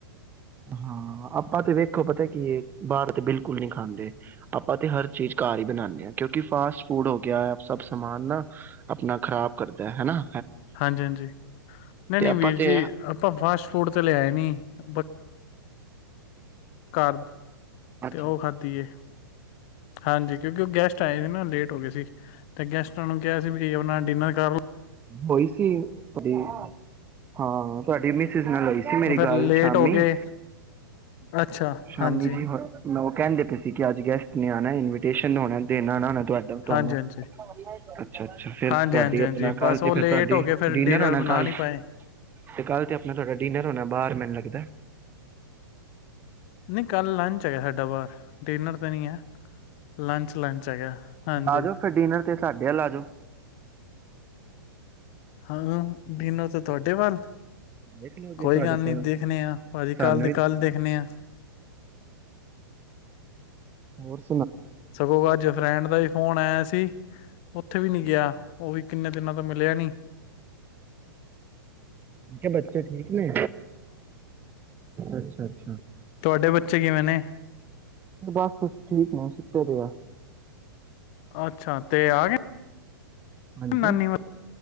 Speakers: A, on the right; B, on the left.
A: ਹਾਂ, ਆਪਾਂ ਤੇ ਵੇਖੋ ਪਤਾ ਕੀ ਏ ਬਾਹਰ ਤਾਂ ਬਿਲਕੁਲ ਨਹੀਂ ਖਾਂਦੇ, ਆਪਾਂ ਤੇ ਹਰ ਚੀਜ਼ ਘਰ ਹੀ ਬਣਾਂਦੇ ਹਾਂ, ਕਿਉਂਕਿ ਫਾਸਟ ਫੂਡ ਹੋ ਗਿਆ, ਸਭ ਸਮਾਨ ਨਾ ਆਪਣਾ ਖ਼ਰਾਬ ਕਰਦਾ ਹੈਨਾ।
B: ਹਾਂਜੀ ਹਾਂਜੀ, ਨਹੀਂ ਨਹੀਂ
A: ਆਪਾਂ
B: ਵੀਰ
A: ਤੇ
B: ਜੀ ਆਪਾਂ ਫਾਸਟ ਫੂਡ ਤੇ ਲਿਆਏ ਨੀ ਪਰ ਘਰ
A: ਅੱਛਾ
B: ਤੇ ਉਹ ਖਾਧੀ ਹੈ, ਹਾਂਜੀ ਕਿਉਂਕਿ ਉਹ ਗੈਸਟ ਆਏ ਨੇ ਨਾ ਲੇਟ ਹੋ ਗਏ ਸੀ, ਤੇ ਗੈਸਟਾਂ ਨੂੰ ਕਿਹਾ ਸੀ ਵੀ ਆਪਣਾ ਡਿਨਰ ਕਰ ਲੋ
A: ਹੋਈ ਹੂੰ ਤੁਹਾਡੀ ਹਾਂ ਤੁਹਾਡੀ ਮਿ ਨਾਲ ਹੋਈ ਸੀ ਮੇਰੀ
B: ਫਿਰ
A: ਗੱਲ
B: ਲੇਟ
A: ਸ਼ਾਮੀ
B: ਹੋ ਗਏ ਅੱਛਾ
A: ਸ਼ਾਮੀ
B: ਹਾਂਜੀ
A: ਜੀ ਹੋਰ ਉਹ ਕਹਿੰਦੇ ਪੇ ਇਹ ਕਿ ਅੱਜ ਗੈਸਟ ਨੇ ਆਣਾ ਇਨਵੀਟੇਸ਼ਨ ਹੋਣਾ ਦੇਣ ਆਣਾ ਹੋਣਾ ਤੁਹਾਡਾ ਤੁਹਾਨੂੰ
B: ਹਾਂਜੀ ਹਾਂਜੀ
A: ਅੱਛਾ-ਅੱਛਾ ਫਿਰ
B: ਹਾਂਜੀ
A: ਤੁਹਾਡੀ
B: ਹਾਂਜੀ
A: ਆਪਣਾ
B: ਹਾਂਜੀ
A: ਕੱਲ
B: ਬਸ
A: ਤੇ
B: ਉਹ
A: ਫਿਰ
B: ਲੇਟ
A: ਤੁਹਾਡੀ
B: ਹੋ ਗਏ ਫਿਰ
A: ਡੀਨਰ
B: ਡਿਨਰ
A: ਹੋਣਾ
B: ਬਣਾ
A: ਕੱਲ
B: ਨਹੀਂ ਪਾਏ
A: ਤੇ ਕੱਲ ਤੇ ਆਪਣਾ ਡਿਨਰ ਹੋਣਾ ਬਾਹਰ ਮੈਨੂੰ ਲੱਗਦਾ।
B: ਨਹੀਂ ਕੱਲ ਲੰਚ ਹੈਗਾ ਸਾਡਾ ਬਾਹਰ ਡਿਨਰ ਤਾਂ ਨਹੀਂ ਹੈ ਲੰਚ ਲੰਚ ਹੈਗਾ ਹਾਂਜੀ
A: ਆਜੋ ਫਿਰ ਡਿਨਰ ਤੇ ਸਾਡੇ ਅੱਲ ਆ ਜਾੳ।
B: ਹਾਂ-ਹਾਂ ਡਿਨਰ ਤਾਂ ਤੁਹਾਡੇ ਵੱਲ
A: ਦੇਖ ਲਓ ਜੇ
B: ਕੋਈ
A: ਤੁਹਾਡੇ
B: ਗੱਲ
A: ਕੋਲ
B: ਨੀ ਦੇਖਣੇ ਆ ਭਾਜੀ
A: ਸਾਨੂੰ
B: ਕੱਲ੍ਹ ਦੇ
A: ਵੀ
B: ਕੱਲ੍ਹ ਦੇਖਣੇ ਆ
A: ਮੂਰਤ
B: ਸਗੋਂ ਅੱਜ ਫਰੈਂਡ ਦਾ ਵੀ ਫੋਨ ਆਇਆ ਸੀ। ਉੱਥੇ ਵੀ ਨੀ ਗਿਆ। ਉਹ ਵੀ ਕਿੰਨੇ ਦਿਨਾਂ ਤੋਂ ਮਿਲਿਆ ਨੀ।
A: ਠ ਬੱਚੇ ਠੀਕ ਨੇ ਅੱਛਾ-ਅੱਛਾ,
B: ਤੁਹਾਡੇ ਬੱਚੇ ਕਿਵੇਂ ਨੇ
A: ਬਸ ਠੀਕ ਨੇ ਸੁੱਤੇ ਦੇ ਆ।
B: ਅੱਛਾ ਤੇ ਆ ਗਏ।
A: ਹਾਂਜੀ।
B: ਨਾਨੀ